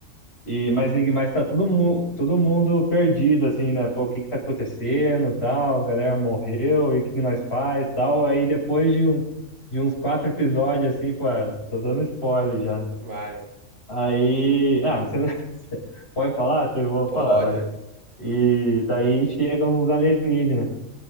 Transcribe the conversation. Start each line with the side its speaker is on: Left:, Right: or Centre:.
Left: E, mas ninguém, mas tá todo mundo, todo mundo perdido, assim, né? Pô, o que que tá acontecendo, tal, a galera morreu, e o que que nós faz, tal. Aí depois de, um, de uns quatro episódios, assim, pô, eu tô dando spoiler já, né?
Right: Vai.
Left: Aí, ah, mas você, <laughs> você pode falar? Então Eu vou
Right: Pode,
Left: falar, vai.
Right: ué.
Left: E daí chegam uns alienígenas,